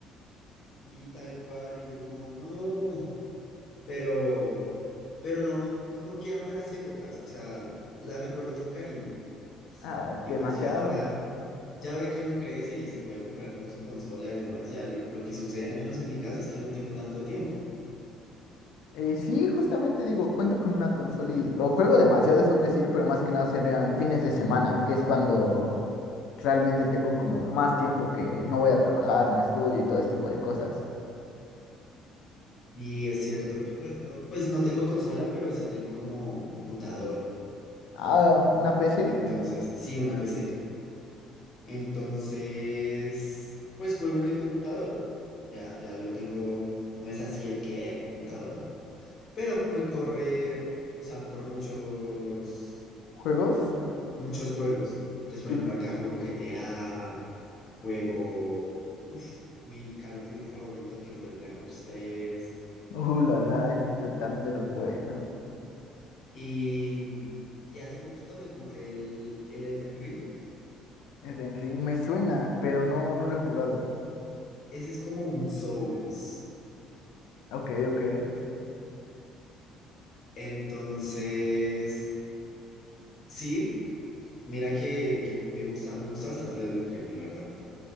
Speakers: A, on the left (about 45°); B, on the left (about 80°).
A: Y tal cual, y yo como, no, pero, pero no, como que eran buenas épocas, o sea, las recuerdo con cariño.
B: Ah,
A: Y
B: demasiado.
A: pues ya ahora, ya ahora que uno crece y se puede comprar como su consola y demás, ya lo, lo que sucede, al menos en mi caso, es que no tengo tanto tiempo.
B: Eh, sí, justamente digo, cuento con una consola y lo juego demasiado, es un decir, pero más que nada serían fines de semana, que es cuando realmente tengo como más tiempo que no voy a trabajar, no estudio y todo ese tipo de cosas.
A: Y es cierto, yo por ejemplo, pues no tengo consola, pero sí tengo como computador.
B: Ah, una PC,
A: Entonces, sí, una PC. Entonces, pues juego en el computador. Ya, ya lo tengo, no es así el que computador, pero me corre, o sea, me corre muchos,
B: juegos.
A: muchos juegos. Entonces,
B: Sí.
A: por ejemplo, acá juego GTA, juego, uff, mi Call of Duty favorito que fue el Black Ops tres
B: Uh, la la, ese es también de los buenos.
A: Y, mm, y hace poquito me compré el, el Elden Ring.
B: Es de Ring, me suena, pero no, no lo he jugado.
A: Ese es como un Souls.
B: Ok, ok.
A: Entonces, sí, mira que, que me gusta, me gusta bastante el Elden Ring, la verdad.